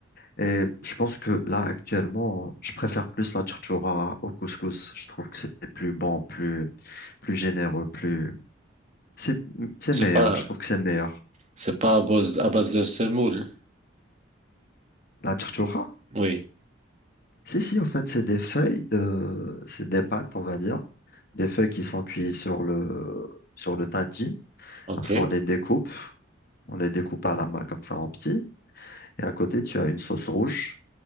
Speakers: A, on the left; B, on the right.
A: Et je pense que là, actuellement, je préfère plus la charchoura au couscous. Je trouve que c'est plus bon, plus, plus généreux, plus... C'est, c'est
B: C'est
A: meilleur.
B: pas,
A: Je trouve que c'est meilleur.
B: c'est pas à base, à base de semoule.
A: La charchoura?
B: Oui,
A: Si, si, en fait, c'est des feuilles de, c'est des pâtes, on va dire, des feuilles qui sont cuites sur le, sur le tajine.
B: ok.
A: Après, on les découpe, on les découpe à la main comme ça en petits. Et à côté, tu as une sauce rouge